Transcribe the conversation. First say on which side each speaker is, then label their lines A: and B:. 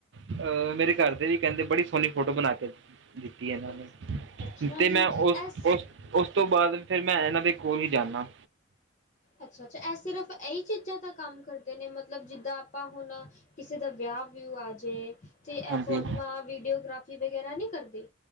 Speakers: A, on the right; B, on the left.
A: ਅ--ਮੇਰੇ ਘਰ ਦੇ ਵੀ ਕਹਿੰਦੇ ਬੜੀ ਸੋਣੀ ਫੋਟੋ ਬਣਾ ਕੇ ਦਿੱਤੀ ਇਹਨਾਂ
B: ਅੱਛਾ
A: ਨੇ,
B: ਅੱਛਾ
A: ਤੇ
B: ਜੀ
A: ਮੈਂ ਉਸ-ਉਸ
B: ਐਸ
A: ਉਸ ਤੋਂ ਬਾਅਦ ਫਿਰ ਮੈਂ ਇਹਨਾਂ ਦੇ ਕੋਲ ਹੀ ਜਾਂਨਾ।
B: ਅੱਛਾ, ਅੱਛਾ ਐ ਸਿਰਫ ਇਹੀ ਚੀਜ਼ਾਂ ਦਾ ਕੰਮ ਕਰਦੇ ਨੇ? ਮਤਲਬ ਜਿੱਦਾਂ ਆਪਾਂ ਹੁਨ ਕਿਸੇ ਦਾ ਵਿਆਹ ਵਿਊ ਆਜੇ, ਤੇ ਇਹ
A: ਹਾਂਜੀ
B: ਫੋਟੋਆਂ, ਵੀਡੀਓਗ੍ਰਾਫੀ ਵਗੈਰਾ ਨਹੀਂ ਕਰਦੇ?